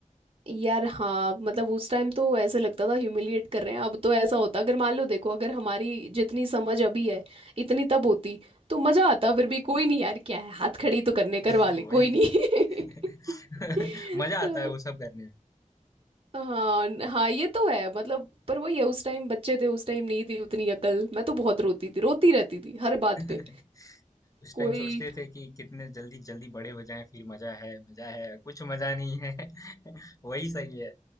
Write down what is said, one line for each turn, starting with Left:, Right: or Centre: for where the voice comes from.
Right: यार हाँ मतलब उस टाइम तो ऐसे लगता था ह्यूमिलिएट कर रहे हैं अब तो ऐसा होता अगर मान लो देखो अगर हमारी जितनी समझ अभी है इतनी तब होती तो मजा आता फिर भी कोई नहीं यार क्या है हाथ खड़ी तो करने
Left: <laughs>
Right: करवा ले
Left: वही
Right: कोई नहीं
Left: <laughs>
Right: <laughs>
Left: मजा
Right: तो
Left: आता है वो सब करने में
Right: हाँ न- हाँ ये तो है मतलब पर वही है उस टाइम बच्चे थे उस टाइम नहीं थी उतनी अकल मैं तो बहुत रोती थी रोती रहती थी हर बात पे
Left: <laughs> उस
Right: कोई
Left: टाइम सोचते थे कि कितने जल्दी जल्दी बड़े हो जाएं फिर मजा है मजा है कुछ मजा नहीं है <laughs> वही सही है